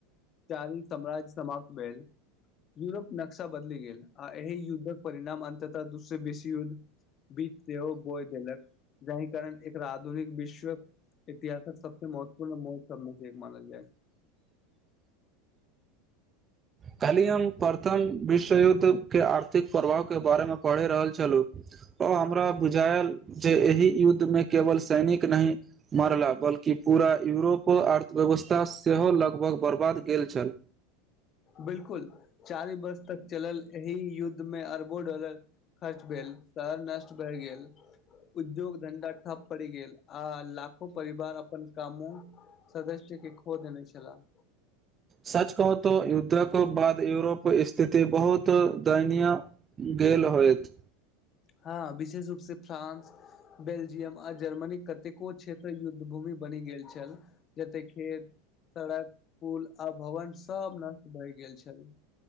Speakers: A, on the left (about 40°); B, on the right (about 30°).
A: चारी सम्राज्य समाप्त भेलन यूरोप नक्शा बदलि गेल आ एहि युद्धक परिणाम अन्ततः दूसयबेसी युद्ध बीच सेहो बोय देलक जाहि कारण एकरा आधुनिक विश्वक इतिहासक सबसँ महत्वपूर्ण मौ सबमे से एक मानल जाय
B: कालि हम प्रथम विश्व युद्ध के आर्थिक प्रभाव के बारेमे पढ़ि रहल छलहुँ हमरा बुझायल जे एहि युद्ध में केवल सैनिक नहि मारला बल्कि पूरा यूरोपक अर्थव्यवस्था सेहो लगभग बर्बाद गेल छल
A: बिल्कुल चारि वर्ष तक चलल एहि युद्धमे अरबो डॉलर खर्च भेल शहर नष्ट भए गेल उद्योग धंधा ठप पड़ गेल आ लाखो परिवार अपन कामो सदस्य के खो देने छलाह
B: सच कहू तऽ युद्धक बाद यूरोप स्थिति बहुत दैयनीय गेल होयत
A: हँ विशेष रूप से फ्रानंस बेल्जियम आ जर्मनीक कतेको क्षेत्र युद्ध भूमि बनि गेल छल जते खेत सड़क पुल आ भवन सब नष्ट भए गेल छैल